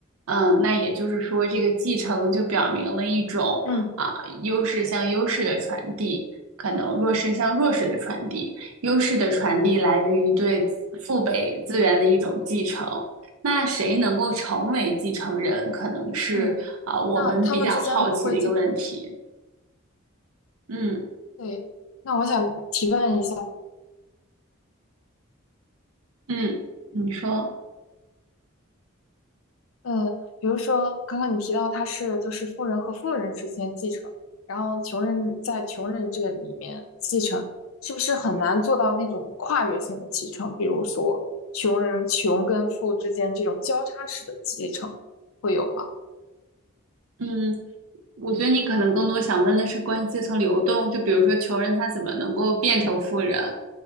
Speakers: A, on the right; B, on the left.
A: 嗯，那也就是说，这个继承就表明了一种啊优势向优势的传递，
B: 嗯。
A: 可能弱势向弱势的传递。优势的传递来源于对子父辈资源的一种继承。那谁能够成为继承人，可能是啊我们比较好奇的一个问题。
B: 嗯，那他们之间不会进行，
A: 嗯。
B: 对，那我想提问一下，
A: 嗯，你说，
B: 嗯，呃，比如说刚刚你提到他是就是富人和富人之间继承，然后穷人在穷人这里面继承，是不是很难做到那种跨越性的继承？比如说穷人穷跟富之间这种交叉式的继承会有吗？
A: 嗯，我觉得你可能更多想问的是关于阶层流动，就比如说穷人他怎么能够变成富人，